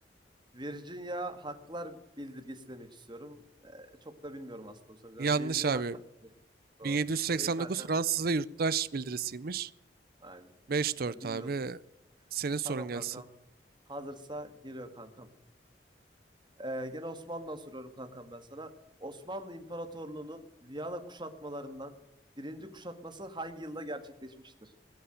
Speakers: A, on the right; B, on the right.
A: Virginia Haklar Bildirgesi demek istiyorum. Ee, çok da bilmiyorum aslında bu sonucu.
B: Yanlış
A: Virginia
B: abi.
A: Haklar Bildirgesi. Doğru.
B: 1789
A: Neyi kanka?
B: Fransız ve Yurttaş Bildirisiymiş.
A: Aynen.
B: Beş dört
A: Ya bilmiyordum.
B: abi. Senin sorun
A: Tamam
B: gelsin.
A: kankam. Hazırsa geliyor kankam. Ee, gene Osmanlı'dan soruyorum kankam ben sana. Osmanlı İmparatorluğu'nun Viyana kuşatmalarından birinci kuşatması hangi yılda gerçekleşmiştir?